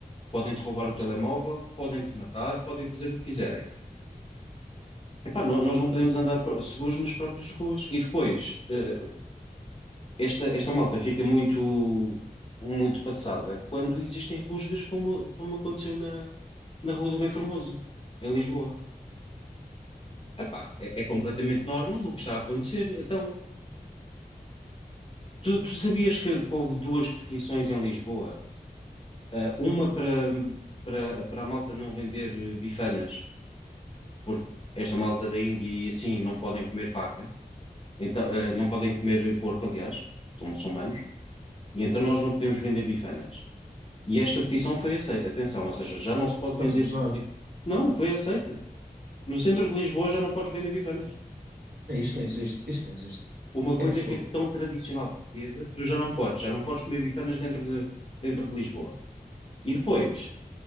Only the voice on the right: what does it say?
Exato.
Absurdo.
Estás
a gozar?
É, isto não existe. Isto não existe.
É absurdo.